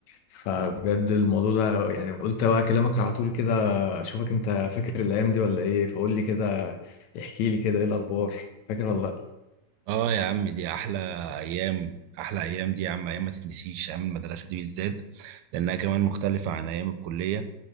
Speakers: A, on the left; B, on the right.
A: فبجد الموضوع ده يعني قلت بقى اكلمك على طول كده اشوفك انت فاكر الايام دي ولا ايه فقول لي كده احكي لي كده ايه الاخبار فاكر ولا لا
B: اه يا عم دي احلى ايام احلى ايام دي يا عم ايام ما تتنسيش ايام المدرسه دي بالذات لانها كمان مختلفه عن ايام الكليه